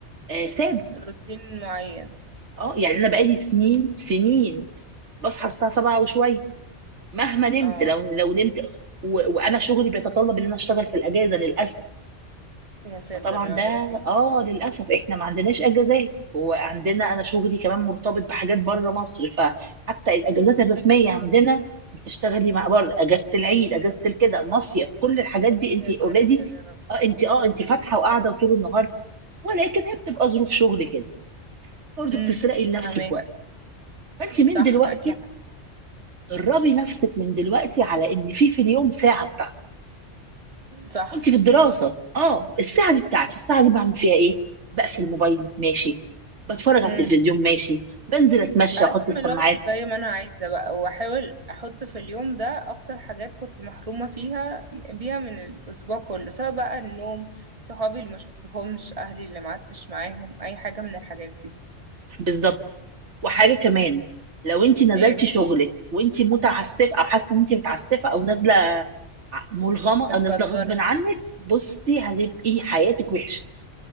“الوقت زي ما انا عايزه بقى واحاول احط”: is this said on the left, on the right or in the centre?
Right